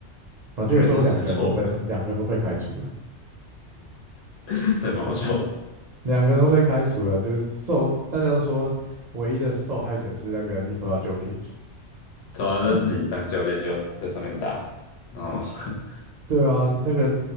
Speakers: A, on the left (about 70°); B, on the right (about 50°).
A: <laughs>
B: 然后结果最后两个人都被两个人都被开除了，
A: 原来是丝绸，<laughs> 这还蛮好笑的。
B: 两个人都被开除了，就是受大家都说唯一的受害者是那个尼 i 拉 o l a Jokic，
A: 对啊，
B: <laughs>
A: 他自己当教练要在上面打，然后 <laughs>
B: 对啊，那个